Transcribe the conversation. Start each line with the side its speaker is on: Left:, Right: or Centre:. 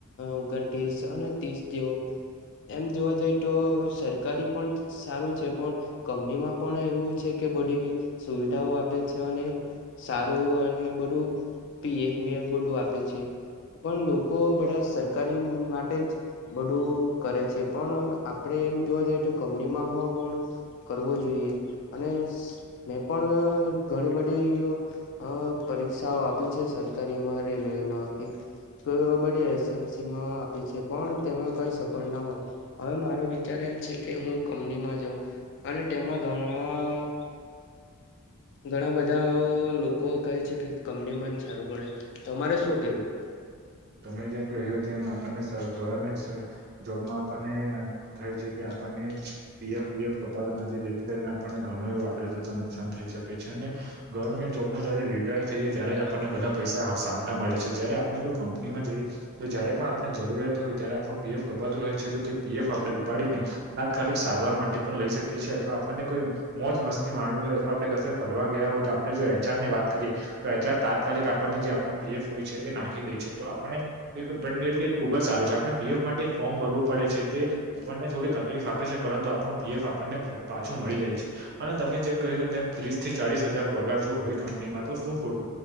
Left: ઓગણ ત્રીસ અને ત્રીસ જેવો- - એમ જોવા જઈ તો સરકારી પણ સારું છે પણ- - કંપનીમાં પણ એવું છે કે બધી સુવિધાઓ આપે છે અને- - સારું અને બધું પીએફ મીએફ બધું આપે છે. પણ લોકો બધા સરકારી માટે જ બધું કરે છે. પણ આપડે એમ જોવા જઈએ તો કમનીમાં હો પણ- - કરવો જોઈએ અને મેં પણ ઘણી બધી- - પરીક્ષાઓ આપી છે સરકારી એમાં રેલવેમાં કે- - બડી એસએમસીમાં આપી છે પણ તેમાં કઈ સફળ ના મળે- - હવે મારો વિચાર એમ છે- - કે હું કંપનીમાં જાઉં અને તેમાં ઘણા- - ઘણા બધા- - બધા લોકો કહે છે કે કમની માંન સારું પડે તમારે શું કેવું?
Right: તમે જેમ કહ્યું તેમ એમ આપણને ગવર્મેન્ટ- - જોબમાં આપણને એવું થાય છે કે આપણને પીએફએફ કપાતું નથી જેથી કરીને- - ઘણું એવું આગળ જતા નુકસાન થઈ શકે છે અને ગવર્મેન્ટ જોબમાં જારે રિટાયર- - થઈએ ત્યારે જ આપણને બધા પૈસા સામતાા મળે છે જયારે આપણે જો કંપનીમાં જઈએ- - તો જયારે પણ આપને જરૂરિયાત હોય ત્યારે આપણું પીએફ કપાતું રહે છે તો તે પીએફ આપણે ઉપાડીને- - તાત્કાલિક સારવાર માટે પણ લઈ શકીએ છીએ અથવા આપણને કોઈ- - મોજ મસ્તી માણવી હોય અથવા આપણે કસે ફરવા ગયા હોય તો આપણે જો એચઆર ની વાત કરી અચાર તાત્કાલિક આપણને જે આપણું પીએફ હોય છે તે નાખી દે છે તો આપણે- - તે પડવેલ ખુબ જ સારું છે આપણે પીએફ માટે એક ફોર્મ ભરવું પડે છે તે- - આપણને થોડી તકલીફ આપે છે પરંતુ આપણું પીએફ આપણને પાછું મળી જાય છે. અને તમે જેમ કહ્યું તેમ ત્રીસ થી ચાલીસ હજાર પગાર જો હોય કંપનીમાં તો શું ખોટું?